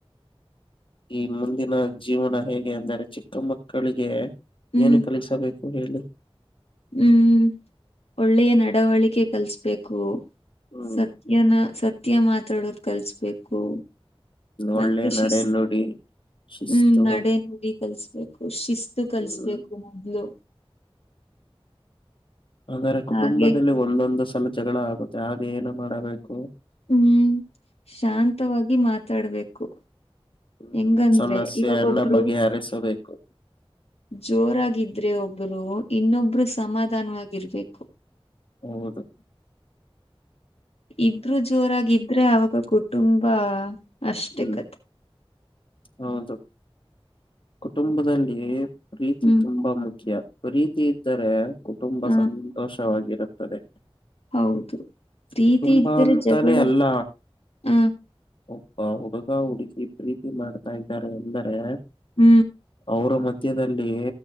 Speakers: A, on the left (about 55°); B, on the left (about 85°).
A: ಈ ಮುಂದಿನ ಜೀವನ ಹೇಗೆ ಅಂದರೆ ಚಿಕ್ಕ ಮಕ್ಕಳಿಗೆ.
B: ಹ್ಮ್
A: ಏನು ಕಲಿಸಬೇಕು ಹೇಳು.
B: ಹ್ಮ್ ಒಳ್ಳೆಯ ನಡವಳಿಕೆ ಕಲ್ಸ್ಬೇಕು.
A: ಹ್ಮ್
B: ಸತ್ಯನ ಸತ್ಯ ಮಾತಾಡೋದು ಕಲ್ಸ್ಬೇಕು. ಮತ್ತೆ
A: ಒಳ್ಳೆ
B: ಶಿಫ್ಟ್
A: ನಡೆ ನುಡಿ ಶಿಸ್ತು
B: ಹ್ಮ್ ನಡೆ ನಡಿ. ಕಲಸಬೇಕು ಶಿಸ್ತು ಕಳಿಸಬೇಕು
A: ಹ್ಮ್
B: ಮೊದಲು.
A: ಆದರೆ ಕುಟುಂಬದಲ್ಲಿ
B: ಹಾಗೆ
A: ಒಂದೊಂದು ಸಲ ಜಗಳ ಆಗುತ್ತೆ ಹಾಗ ಏನು ಮಾಡಬೇಕು.
B: ಹ್ಮ್ ಶಾಂತವಾಗಿ ಮಾತಾಡ್ಬೇಕು.
A: ಹ್ಮ್
B: ಹೆಂಗಂದ್ರೆ
A: ಸಮಸ್ಯೆಯನ್ನ
B: ಇವಾಗ ಒಬ್ರು
A: ಬಗೆಹರಿಸಬೇಕು
B: ಜೋರಾಗಿದ್ರೆ ಒಬ್ರು ಇನ್ನೊಬ್ರು ಸಮಾಧಾನವಾಗಿರ್ಬೇಕು.
A: ಹೌದು
B: ಇದ್ರರು ಜೋರಾಗಿದ್ರೆ ಅವಾಗ ಕುಟುಂಬ ಅಷ್ಟೆ
A: ಹ್ಮ್
B: ಕತೆ.
A: ಹೌದು ಕುಟುಂಬದಲ್ಲಿ ಪ್ರೀತಿ
B: ಹ್ಮ್
A: ತುಂಬಾ ಮುಖ್ಯ. ಪ್ರೀತಿ ಇದ್ದರೆ ಕುಟುಂಬ
B: ಹ
A: ಸಂತೋಷವಾಗಿರುತ್ತದೆ.
B: ಹೌದು ಪ್ರೀತಿ
A: ಕುಟುಂಬ
B: ಇದ್ದರೆ
A: ಅಂತಾನೇ
B: ಜಗಳ
A: ಅಲ್ಲ.
B: ಹ
A: ಒಪ್ಪ ಹುಡುಗ ಹುಡುಗಿ ಪ್ರೀತಿ ಮಾಡ್ತಾ ಇದ್ದಾರೆ ಎಂದರೆ.
B: ಹೂ
A: ಅವರ ಮಧ್ಯದಲ್ಲಿ.